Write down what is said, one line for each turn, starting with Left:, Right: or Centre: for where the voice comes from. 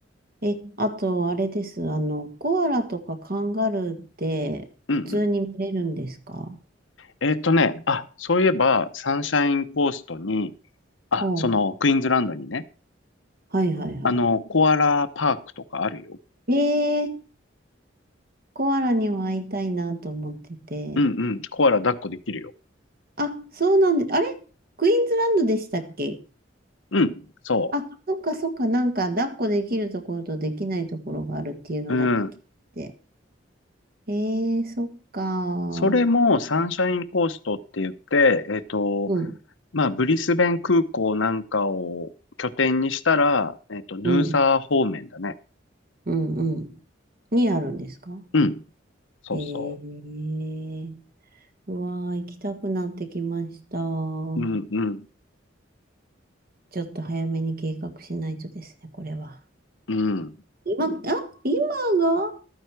Right: え、あと、あれです。あの、コアラとかカンガルーって普通に見れるんですか
Left: うんうん。えーっとね、あ、そういえば、サンシャインコーストに、あ、
Right: うん。
Left: その、クイーンズランドにね、
Right: はいはいはい。
Left: あの、コアラパークとかあるよ。
Right: ええコアラには会いたいなと思ってて。
Left: うんうん、コアラ抱っこできるよ。
Right: あ、そうなんで、あれクイーンズランドでしたっけ
Left: うん、そ
Right: あ、そっかそっか、なんか抱っこできるところとできないところがあるっていうのだけ聞いて。
Left: う。うん。
Right: えー、そっか。
Left: それもサンシャインコーストって言って、えっと、
Right: うん、
Left: まあ、ブリスベン空港なんかを拠点にしたら、えっと、ヌーサー方面だね。
Right: うん、うん、うん。にあるんですか
Left: うん、そうそ
Right: えー、うわー、行きたくなってきました。ちょ
Left: う。うんうん、
Right: っと早めに計画しないとですね、これは。
Left: うん。
Right: 今、あ、今が